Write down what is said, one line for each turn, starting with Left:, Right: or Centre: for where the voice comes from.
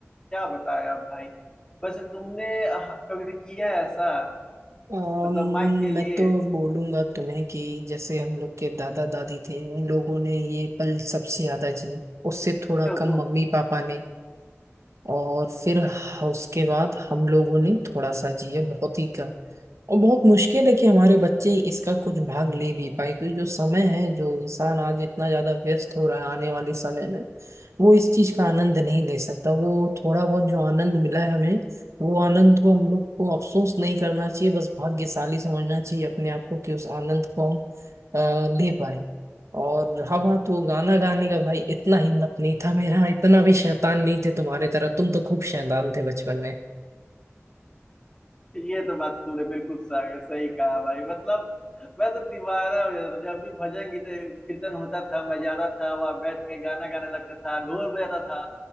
Left: क्या बताएं आप भाई वैसे तुमने अ, कभी किया है ऐसा
Right: अम्म,
Left: मतलब माइक के लिए
Right: मैं तो बोलूंगा तुम्हें कि जैसे हम लोग के दादा दादी थे उन लोगों ने ये पल सबसे ज्यादा जिए उससे थोड़ा
Left: हो
Right: कम
Left: तुम
Right: मम्मी पापा ने और फिर ह- उसके बाद हम लोगों ने थोड़ा सा जिया बहुत ही कम और बहुत मुश्किल है कि हमारे बच्चे इसका कुछ भाग ले भी पाए क्योंकि जो समय है जो इंसान आज इतना ज्यादा व्यस्त हो रहा है आने वाले समय में वो इस चीज का आनंद नहीं ले सकता वो थोड़ा बहुत जो आनंद मिला है हमें वो आनंद को हम लोग को अफसोस नहीं करना चाहिए बस भाग्यशाली समझना चाहिए अपने आप को कि उस आनंद को हम अ, ले पाए और हवा तो गाना गाने का भाई इतना हिम्मत नहीं था मेरा इतना भी शैतान नहीं थे तुम्हारे तरह तुम तो खूब शैतान थे बचपन
Left: ये तो बात तूने बिल्कुल सही सही कहा भाई मतलब मैं तो दीवाना हो जाता था जब भी भजन गीत कीर्तन होता था मैं जाता था वहां बैठ के गाना गाने लगता था ढोल बजाता था